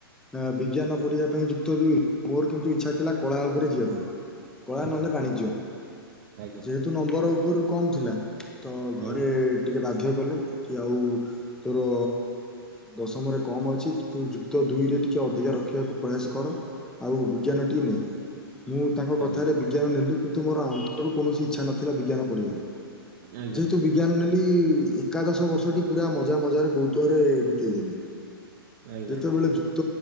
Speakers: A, in the centre; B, on the right.
A: ଆ ବିଜ୍ଞାନ ପଢ଼ିବା ପାଇଁ ଯୁକ୍ତ ଦୁଇ ମୋର କିନ୍ତୁ ଇଚ୍ଛା ଥିଲା କଳା ଉପରେ ଯିବା ପାଇଁ। କଳା
B: ଆଜ୍ଞା
A: ନହେଲେ ବାଣିଜ୍ୟ।
B: ଆଜ୍ଞା
A: ଯେହେତୁ ନମ୍ବର ଉପରୁ କମ୍ ଥିଲା ତ ଘରେ
B: ଆଜ୍ଞା
A: ଟିକେ ବାଧ୍ୟ କଲେ କି ଆଉ ତୋର ଦଶମରେ କମ୍ ଅଛି। ତୁ ଯୁକ୍ତ ଦୁଇରେ ଟିକେ ଅଧିକା ରଖିବାକୁ ପ୍ରୟାସ କର ଆଉ ବିଜ୍ଞାନଟି ନେ। ମୁଁ ତାଙ୍କ କଥାରେ
B: ଆଜ୍ଞା ଆଜ୍ଞା
A: ବିଜ୍ଞାନ ନେଲି କିନ୍ତୁ ମୋର ଅନ୍ତରୁ କୌଣସି ଇଚ୍ଛା ନଥିଲା ବିଜ୍ଞାନ ପଢ଼ିବାରେ।
B: ଆଜ୍ଞା
A: ଯେହେତୁ ବି ବିଜ୍ଞାନ ନେଲି ଏକାଦଶ ବର୍ଷଟି ପୁରା ମଜା ମଜାରେ କୌତୁହରେ ବିତେଇଦେଲି।
B: ଆଜ୍ଞା
A: ଯେତେବେଳେ ଯୁକ୍ତ